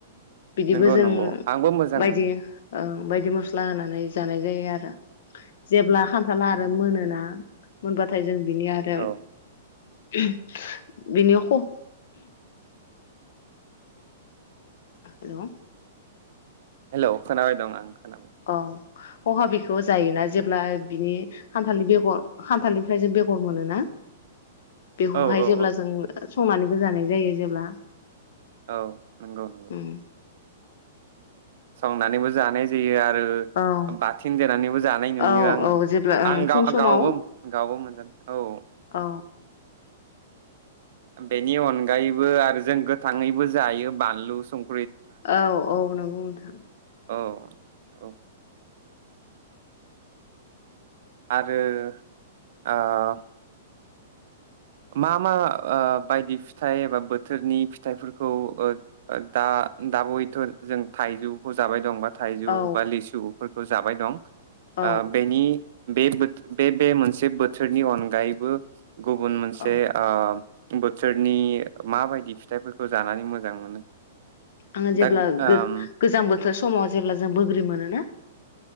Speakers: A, on the left; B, on the right.
A: बिदिबो
B: नंगौ
A: जों
B: नंगौ आंबो मोजां
A: बायदि
B: मोनो
A: ओ बायदि मस्ला होनानै जानाय जायो आरो जेब्ला खानथाला आरो
B: नंगौ
A: मोनोना। मोनबाथाय जों बिनि आरो
B: औ
A: <unintelligible> बिनि ख' <unintelligible> हेलौ
B: हेलौ खोनाबाय दं आं। खोनाबाय
A: अ <unintelligible> बेखौ जायोना जेब्ला बिनि खानथालनि बेगर खानथालनिफ्राय जों बेगर मोनोना? बेखौहाय
B: औ औ
A: जेब्ला
B: औ
A: जों ओ संनानैबो जानाय जायो जेब्ला
B: औ नंगौ नंगौ।
A: उम
B: संनानैबो जानाय जायो आरो। आरो
A: औ
B: बाथोन देनानैबो जानाय नुयो
A: औ
B: आङो
A: औ जेब्ला ओं फुं
B: आं
A: समाव
B: गावबो गावबो मोनजानो औ।
A: औ
B: बेनि अनगायैबो आरो जों गो गोथाङैबो जायो बानलु सं
A: औ औ नंगौ नोंथां।
B: औ औ आरो आरो ओ मा मा ओ बायदि फिथाइ एबा बोथोरनि फिथाइफोरखौ दा दा बयथ' जों थाइजौखौ जाबाय दं बा थाइजौ
A: औ
B: बा लिसु फोरखौ जाबाय दं
A: औ
B: आ बेनि बे बे मोनसे बोथोरनि अनगायैबो गुबुन मोनसे बे
A: औ
B: ओम बोथोरनि माबायदि फिथाइफोरखौ जानानै मोजां मोनो।
A: आङो जेब्ला
B: दा
A: गोज-गोजां
B: ओम
A: बो थोर समाव जेब्ला जों बोग्रि मोनोना